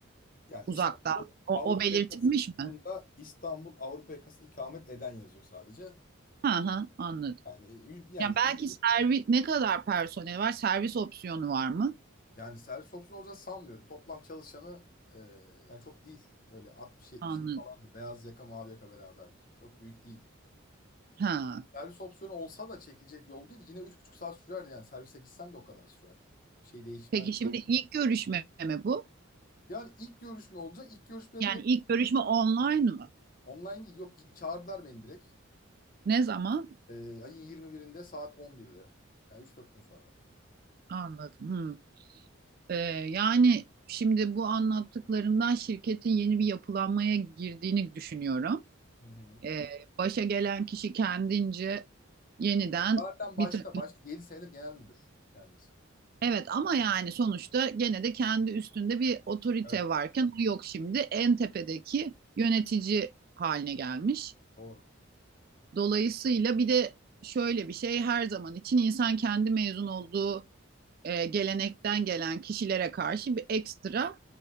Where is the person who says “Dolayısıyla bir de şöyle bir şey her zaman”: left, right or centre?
Right